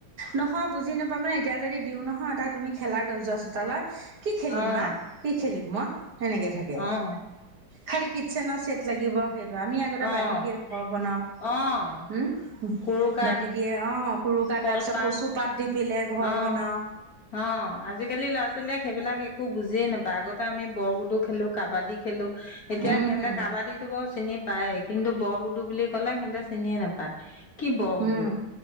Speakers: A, on the right (about 55°); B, on the left (about 50°).
A: নহয় বুজি নাপাওঁ মানে এতিয়া যদি দিওঁ নহয় তাত তুমি খেলা গৈ যোৱা চোতালত। কি খেলিম
B: অ',
A: মা কি খেলিম মই সেনেকে থাকে
B: অ',
A: খালি কিটচেনৰ চেট লাগিব সেইটো আমি আগতে
B: অ',
A: বালি দিয়ে ঘৰ বনাও
B: অ'।
A: উম,
B: কুৰুকা
A: বালি দিয়ে অ' কুৰুকা
B: কলপাত
A: তাৰ পিছত কচু পাত দি পেলাই ঘৰ
B: অ',
A: বনাওঁ।
B: অ আজিকালি ল'ৰা ছোৱালীয়েক সেইবিলাক একো বুজিয়ে নাপ পায় আগতে আমি বৰ গুডো খেলো কাবাডী খেলো এতিয়া
A: উম
B: সিহঁতে কাবাডী বাৰু চিনি পায় কিন্তু বৰগুডু বুলি ক'লে সিহঁতে চিনিয়ে নাপায় কি বৰ গোদো
A: উম